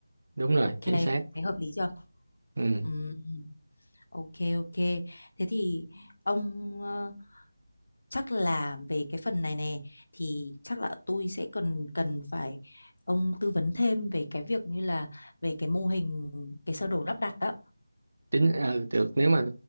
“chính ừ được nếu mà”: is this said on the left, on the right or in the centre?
Right